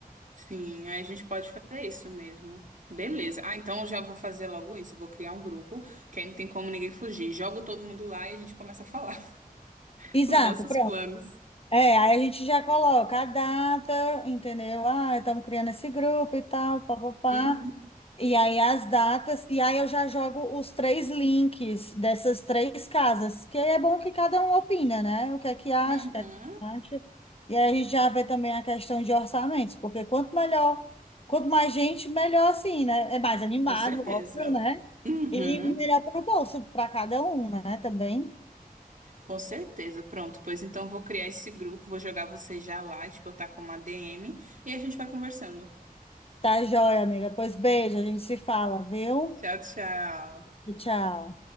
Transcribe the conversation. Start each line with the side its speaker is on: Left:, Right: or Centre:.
Right: sim, aí a gente pode fazer isso mesmo. Beleza. Ah, então eu já vou fazer logo isso. Vou criar um grupo, porque aí não tem como ninguém fugir. Jogo todo mundo lá e a gente começa a falar <laughs>
Left: Exato,
Right: os nossos
Left: pronto.
Right: planos.
Left: É, aí a gente já coloca a data, entendeu? Ah, estamos criando esse grupo e tal, papapá.
Right: Uhum,
Left: E aí as datas, e aí eu já jogo os três links dessas três casas, que aí é bom que cada um opina, né? O que é que acha,
Right: uhum.
Left: o que é que não acha. E aí a gente já vê também a questão de orçamentos, porque quanto melhor, quanto mais gente, melhor assim, né? É mais animado,
Right: Com certeza.
Left: óbvio, né?
Right: Uhum,
Left: E melhor para o bolso, para cada um, né? Também.
Right: com certeza. Pronto, pois então vou criar esse grupo, vou jogar você já lá, te botar como a ADM e a gente vai conversando.
Left: Tá joia, amiga. Pois beijo, a gente se fala, viu?
Right: Tchau, tchau.
Left: Tchau.